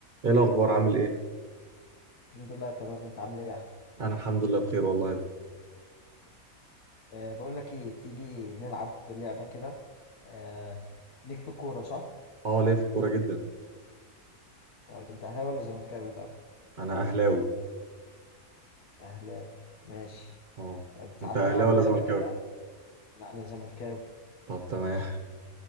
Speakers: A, on the right; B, on the left.
A: ايه الاخبار عامل ايه
B: الحمد لله تمام انت عامل ايه يا احمد
A: انا الحمد لله بخير والله
B: أه بقول لك ايه تيجي نلعب لعبه كده أه ليك في الكوره صح
A: اه ليه في الكوره جدا
B: طيب انت اهلاوي ولا زملكاوي الاول
A: انا اهلاوي
B: اهلاوي ماشي
A: اه
B: طيب تعالى
A: انت اهلاوي
B: نلعب
A: ولا
B: لعبه
A: زملكاوي
B: كده لا انا زملكاوي
A: طب تمام